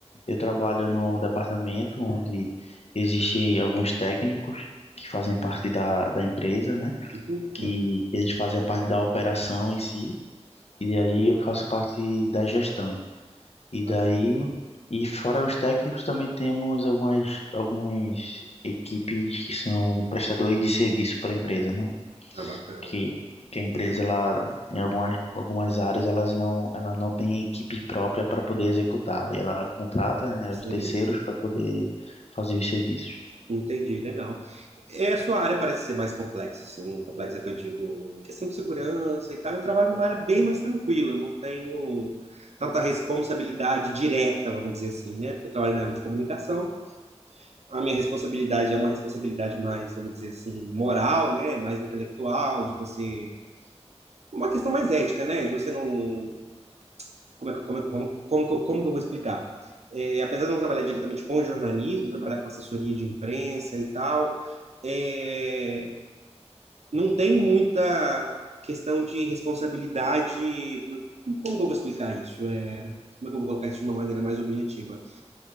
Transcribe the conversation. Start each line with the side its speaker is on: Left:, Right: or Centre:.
Left: eu trabalho num departamento onde existe alguns técnicos que fazem parte da, da empresa, né?
Right: E por
Left: que
Right: mano,
Left: eles fazem a parte da operação em si, e daí eu faço parte da gestão. E daí,
Right: olha, ó,
Left: e fora os técnicos, também temos algumas, algumas equipes que são prestadores de serviço para a empresa, né?
Right: tá bacana.
Left: Que, que a empresa, ela, em algumas, algumas áreas, elas não, ela não tem equipe própria para poder executar, e ela contrata, né,
Right: Seria,
Left: os terceiros
Right: né?
Left: para poder fazer os serviços.
Right: Entendi, legal. É, a sua área parece ser mais complexa, assim, complexa que eu digo, em questão de segurança e tal. Eu trabalho numa área bem mais tranquila, não tenho tanta responsabilidade direta, vamos dizer assim, né? Porque eu trabalho na área de comunicação. A minha responsabilidade é uma responsabilidade mais, vamos dizer assim, moral, né? Mais intelectual, de você. Uma questão mais ética, né? De você não como, é que- como, é, como, como, que eu- como que eu vou explicar? É, apesar de eu não trabalhar diretamente com jornalismo, trabalhar com assessoria de imprensa e tal, é, não tem muita questão de responsabilidade. Como, como que eu vou explicar isso? É, como é que eu vou colocar isso de uma maneira mais objetiva?